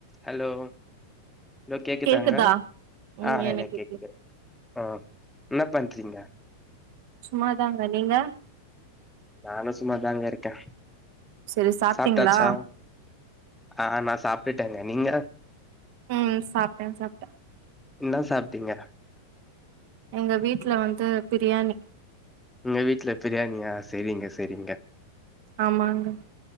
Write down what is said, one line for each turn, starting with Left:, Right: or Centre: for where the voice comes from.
Centre: Hello hello கேக்குதாங்க?
Right: கேக்குதா ம்
Centre: ஆ
Right: எனக்கு
Centre: எனக் கேக்குது ம் என்ன பண்றீங்க?
Right: சும்மாதாங்க நீங்க?
Centre: நானு சும்மாதாங்க இருக்கே.
Right: செரி சாப்டிங்ளா?
Centre: சாப்ட்டாச்சா ஆ நா சாப்டுட்டங்க. நீங்க?
Right: ம் சாப்டே சாப்டே.
Centre: என்னா சாப்டிங்க?
Right: எங்க வீட்ல வந்து பிரியாணி.
Centre: உங்க வீட்ல பிரியாணியா செரிங்க செரிங்க.
Right: ஆமாங்க